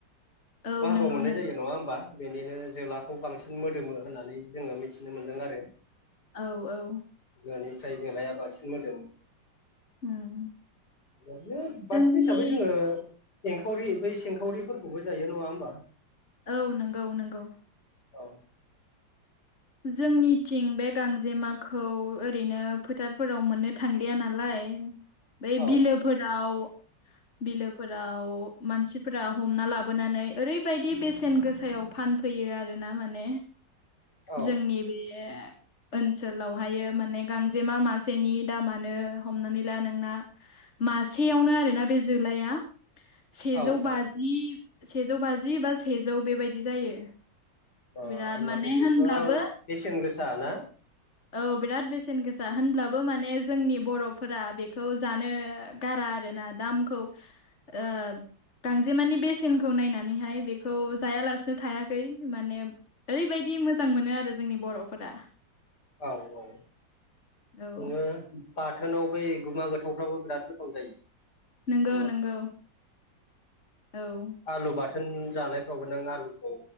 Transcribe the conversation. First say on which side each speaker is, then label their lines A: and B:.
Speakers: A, on the left; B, on the left.
A: औ
B: बाहागोआव
A: नंगौ
B: मोननाय
A: नंगौ
B: जायो नङा होमबा। बेनिनो जोलाखौ बांसिन मोदोमो होननानै जोङो मिथिनो मोन्दों आरो।
A: औ औ।
B: जोनिफ्राय जोलाया बांसिन मोदोमो।
A: उम
B: ओरैनो
A: जोंनि
B: बाथेन हिसाबै जोङो एंखावरि बै सिंखावरिफोरखौबो जायो नङा होमबा।
A: औ नंगौ नंगौ।
B: औ।
A: जोंनिथिं बे गांजेमाखौ ओरैनो फोथारफोराव मोननो थांलिया नालाय बै
B: औ
A: बिलोफोराव, बिलो फोराव मानसिफोरा हमना लाबोनानै ओरैबायदि बेसेन गोसायाव फानफैयो आरो ना माने,
B: औ
A: जोंनि बे ओनसोलावहायो माने गांजेमा मासेनि दामानो हमनानै ला नोंना मासेयावनो आरोना बे जोलाया सेजौ
B: औ
A: बाजि
B: औ ओ
A: सेजौ बाजि बा सेजौ बेबायदि जायो।
B: बा
A: बिराद
B: होमबाथ'
A: माने
B: गोबां
A: होनब्लाबो
B: बेसेन गोसा ना?
A: औ बिराद बेसेन गोसा होनब्लाबो माने जोंनि बर'फोरा बेखौ जानो गारा आरोना, दामखौ ओ गांजेमानि बेसेनखौ नायनानैहाय बेखौ जायालासेनो थायाखै, माने ओरैबायदि दि मोजां मोनो आरो जोंनि बर'फोरा।
B: औ औ।
A: औ
B: नोङो बाथोनाव बै गुमा गोथावफ्राबो बिराद गोथाव जायो।
A: नंगौ
B: <unintelligible>
A: नंगौ औ
B: आलु बाथो बाथोन जानायफ्रावबो नों आलुखौ